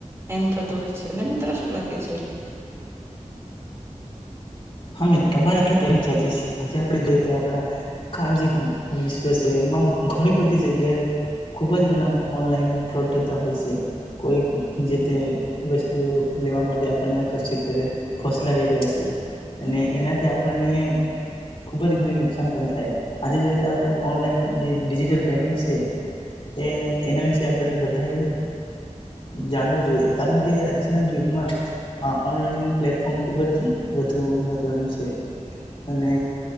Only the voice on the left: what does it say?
હમે તો તમારા <unintelligible> આજે આપ જે આપણાા <unintelligible> વિશ્વ છે એમાં હું ઘણી બધી જગ્યાએ ખુબ જ ઘણા ઓનલાઈન ફ્રોડ થતા હોય છે કોઈ જે તે વસ્તુ લેવા માટે આપણને આકર્ષિત કરે ફસલાવી રહ્યા છે અને એનાથી આપણને ખુબ જ ઘણી નુકસાન પણ થાય આજે જોઈયે તો આપણે ઓનલાઈન જે ડિજિટલ પેમેન્ટ છે એ એના વિશે આપણે બધાએ જાણવું જોઈએ કારણ કે આજના જુગમાં આ ઓનલાઈન પ્લેટફોર્મ ખુબ જ વધુ મહત્વનું છે અને